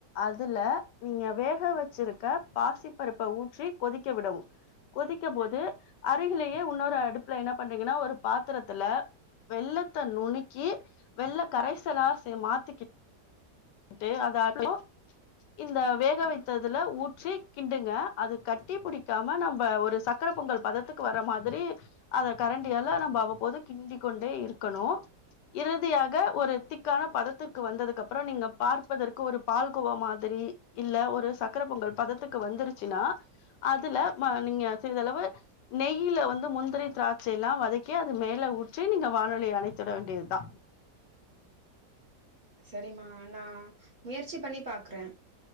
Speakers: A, on the left (about 75°); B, on the right (about 25°).
A: அதுல நீங்க வேக வெச்சுருக்க பாசி பருப்ப ஊற்றி கொதிக்க விடவு கொதிக்க போது அருகிலேயே லேயே இன்னொரு அடுப்புல என்ன பண்றீங்கன்னா ஒரு பாத்துரத்துல வெல்லத் த்த நுனக்கி வெல்ல கரைசலா சே மாத்திகிட் ட்டு அத <unintelligible> இந்த வேக வைத்ததுல ஊற்றி கிண்டுங்க அது கட் தீ புடிக்காம நம்ப ஒரு சக்கர பொங்கல் பதத்துக்கு வர்ற மாதிரி அத கரண்டியால நம்ப அவ்வப்போது கிண்டி கொண்டே இருக்கணு இறுதியா க ஒரு திக்கான பதத்துக்கு வந்ததுக்கு அப்றோ நீங்க பார்ப்பதற்கு ஒரு பால்கோவா மாதிரி இல்ல ஒரு சக்கர பொங்கல் பதத்துக்கு வந்துருச்சுன்னா அதுல ம நீங்க சிறிதளவு நெய்யில வந்து முந்திரி திராட்சையிலா வதக்கி அது மேல ஊற்றி நீங்க வானொலிய அணைத்து விட வேண்டியதுதா
B: செரிமா நா முயற்சி பண்ணி பாக்குறே